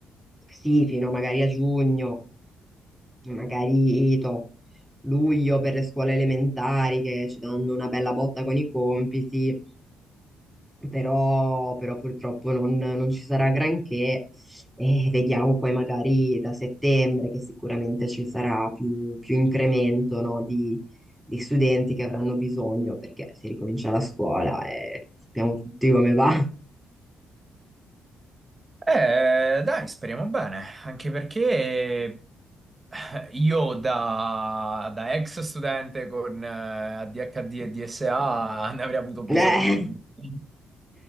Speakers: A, in the centre; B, on the right.
A: sì, fino magari a giugno, magari to- luglio per le scuole elementari che ci danno una bella botta con i compiti però, però purtroppo non, non ci sarà granché e vediamo poi magari da settembre che sicuramente ci sarà più, più incremento, no, di, di studenti che avranno bisogno perché si ricomincia la scuola e sappiamo tutti come va. <laughs>
B: Eh, dai, speriamo bene, anche perché eh, io da, da ex studente con eh, ADHD e DSA <laughs> ne avrei avuto bisogno,
A: Eh.
B: quindi... <laughs>